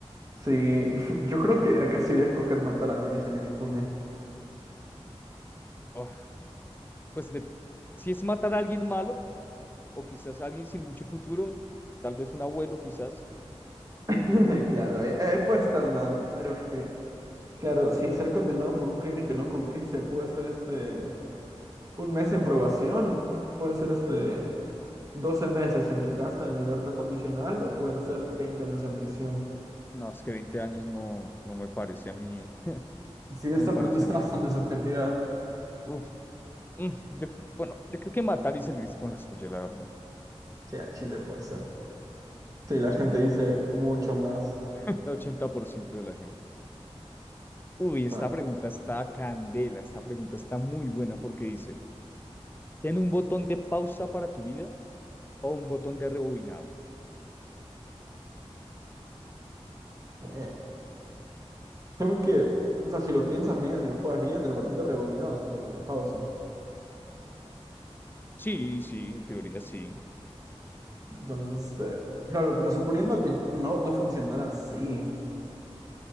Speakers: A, on the right; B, on the left.
A: Sí, <laughs> yo creo que acá sí voy a escoger matar a alguien y salir impune.
B: Ah, pues de, si es matar a alguien malo, o quizás a alguien sin mucho futuro, tal vez un abuelo, quizás
A: <laughs> Claro, ahí, ahí puede estar más, pero es que, claro, si ser condenado por un crimen que no culpiste puede ser este, un mes en probación, puede ser este, 12 meses en tu casa en libertad condicional o pueden ser 20 años en prisión.
B: No, es que veinte años no, no me parece a mí,
A: Sí, esta
B: no me parece
A: pregunta está
B: a mí
A: bastante
B: rentar.
A: subjetiva.
B: Uf, mm, yo, bueno, yo creo que matar y salirse con la suya, la verdad.
A: Sí, al Chile puede ser. Sí, la
B: Sí,
A: gente
B: ya.
A: dice mucho más.
B: <laughs> ochenta por ciento de la gente. Uy, esta
A: va,
B: pregunta está candela, esta pregunta está muy buena porque dice, ¿tiene un botón de pausa para tu vida o un botón de rebobinado?
A: güey. Creo que, o sea, si lo piensas bien y lo juegas bien, el botón de rebobinado es un botón de pausa.
B: Sí, sí, en teoría sí.
A: Entonces, eh, claro, pero suponiendo que no, no funcionara así,